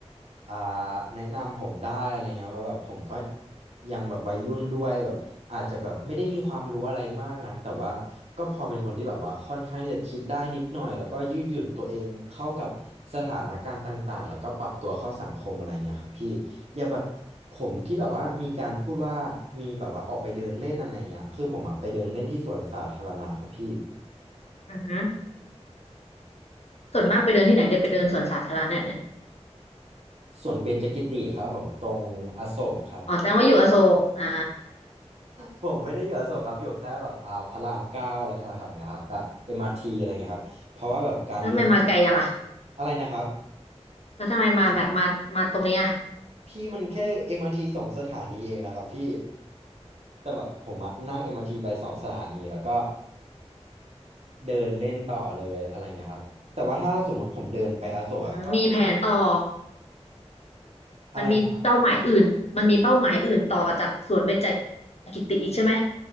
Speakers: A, on the right; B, on the left.
A: อ่าแนะนำผมได้อะไรเงี้ยเพราะแบบผมก็ยังแบบวัยรุ่นด้วยแบบอาจจะแบบไม่ได้มีความรู้อะไรมากนักแต่ว่าก็พอเป็นคนที่แบบว่าค่อนข้างที่จะคิดได้นิดหน่อยแล้วก็ยืดหยุ่นตัวเองเข้ากับสถานการณ์ต่างๆแล้วก็ปรับตัวเข้าสังคมอะไรเงี้ยครับพี่อย่างแบบผมที่แบบว่ามีการพูดว่ามีแบบว่าออกไปเดินเล่นอะไรเงี้ยคือผมอะไปเดินเล่นที่สวนสาธารณะครับพี่
B: <laughs> อือฮึส่วนมากไปเดินที่ไหนได้ไปเดินสวนสาธารณะเนี่ยนี่
A: สวนเบญจกิติครับผมตรงอโศกครับ
B: อ๋อแสดงว่าอยู่อโศกอ่า
A: ผมไม่ได้อยู่อโศกครับอยู่แค่แบบอ่าพระรามเก้าอะไรแถวๆเนี้ยครับแบบเอ็มอาร์ทีอะไรเงี้ยครับเพราะว่าแบบการเลือก
B: แล้วทำไมมาไกลจังอ่ะ
A: อะไรนะครับ
B: แล้วทำไมมาแบบมามาตรงเนี้ย
A: พี่มันแค่เอ็มอาร์ทีสองสถานีเองนะครับพี่แต่แบบผมอะนั่งเอ็มอาร์ทีไปสองสถานีแล้วก็เดินเล่นต่อเลยอะไรเงี้ยครับแต่ว่าถ้าสมมติผมเดินไปอโศกอะก็
B: อืมมีแผนต่อ
A: อะไรนะครับ
B: มันมีเป้าหมายอื่นมันมีเป้าหมายอื่นต่อจากสวนเบญจกิติอีกใช่ไหม